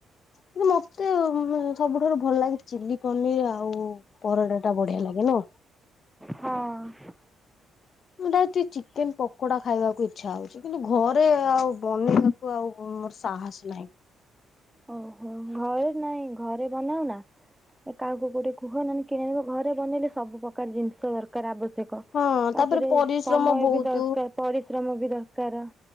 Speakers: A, on the left; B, in the centre.
A: କିନ୍ତୁ ମତେ ସବୁଠାରୁ ଭଲ ଲାଗେ ଚିଲି ପନିର ଆଉ। ପରଟା ଟା ବଢିଆ ଲାଗେ ନୁହ୍ନ।
B: ହଁ ହଁ।
A: <unintelligible> ଚିକେନ ପକୋଡା ଖାଇବାକୁ ଇଛା ହଉଛି। କିନ୍ତୁ ଘରେ ଆଉ ବନେଇବାକୁ ଆଉ ମୋ ମୋର ସାହସ ନାହିଁ।
B: ଓହୋ ଘରେ ନାଇଁ ଘରେ ବନାଅ ନା। କାହାକୁ ଗୋଟେ କୁହ ନହେ କି <unintelligible> ଘରେ ବନେଇଲେ ସବୁ ପ୍ରକାର ଜିନିଷ ଦରକାର ଆବଶ୍ୟ-
A: ହଁ
B: ତାପରେ
A: ପରିଶ୍ରମ
B: ସମୟ
A: ବହୁତ
B: ବି ଦରକାର ପରିଶ୍ରମ ବି ଦରକାର।